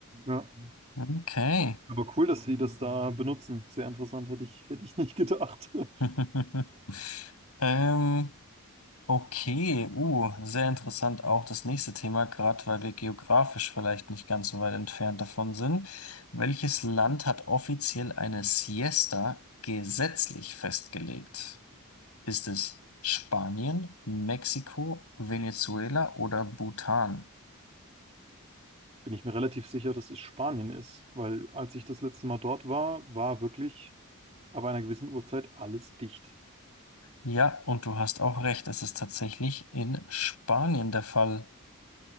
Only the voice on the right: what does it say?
Ja.
Aber cool, dass sie das da benutzen. Sehr interessant, hätte ich, hätte ich nicht gedacht. <laughs>
Bin ich mir relativ sicher, dass es Spanien ist, weil als ich das letzte Mal dort war, war wirklich ab einer gewissen Uhrzeit alles dicht.